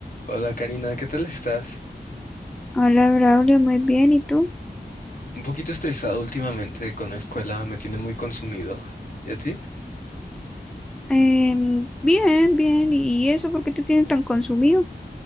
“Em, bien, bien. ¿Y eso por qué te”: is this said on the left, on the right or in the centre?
Centre